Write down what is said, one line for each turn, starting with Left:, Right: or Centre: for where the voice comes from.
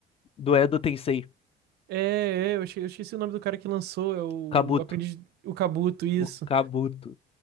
Left: do Edo Tensei,
Right: É, é, eu esque- eu esqueci o nome do cara que lançou, é o
Left: Kabuto.
Right: Aprendiz, o Kabuto, isso.
Left: O Kabuto.